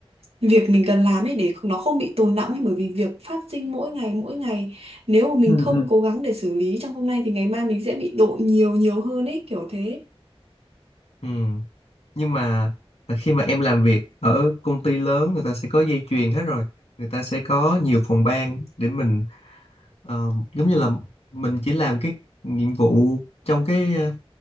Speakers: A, on the right (about 75°); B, on the left (about 85°).
A: việc mình cần làm ấy để không- nó không bị tồn đọng ấy bởi vì việc phát sinh mỗi ngày mỗi ngày nếu mà mình
B: ừ,
A: không
B: ừ.
A: cố gắng để xử lý trong hôm nay thì ngày mai mình sẽ bị độ nhiều nhiều hơn ấy kiểu thế
B: Ừ. Nhưng mà à, khi mà em làm việc ở công ty lớn người ta sẽ có dây chuyền hết rồi. Người ta sẽ có nhiều phòng ban để mình ờ, giống như là mình chỉ làm cái nhiệm vụ trong cái ờ,